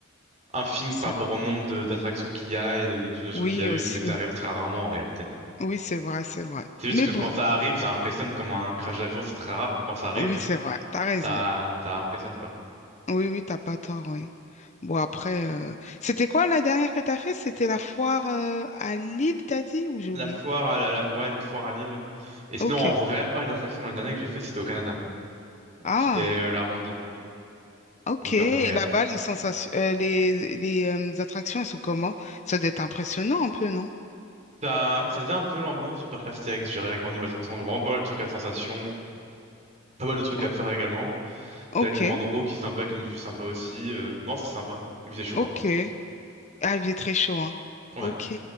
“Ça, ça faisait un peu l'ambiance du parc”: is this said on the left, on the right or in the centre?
Right